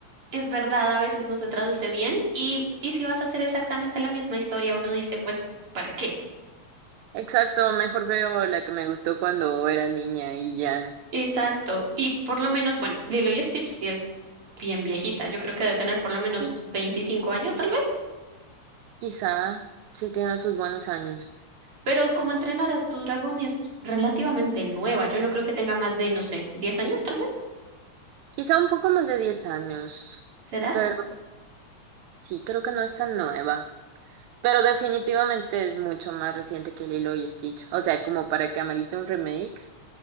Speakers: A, on the right (about 45°); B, on the right (about 80°).
A: Es verdad, a veces no se traduce bien y, y si vas a hacer exactamente la misma historia, uno dice, pues, ¿para qué?
B: Exacto, mejor veo la que me gustó cuando era niña y ya.
A: Exacto. Y por lo menos, bueno, Lilo y Stitch sí es bien viejita. Yo creo que debe tener por lo menos
B: Y
A: 25 años, tal vez.
B: quizá sí tiene sus buenos años.
A: Pero como entrenar a tu dragón es relativamente nueva. Yo no creo que tenga más de, no sé, diez años, tal vez.
B: Quizá un poco más de 10 años,
A: ¿Será?
B: pero sí, creo que no es tan nueva. Pero definitivamente es mucho más reciente que Lilo y Stitch. O sea, como para que amerite un remake.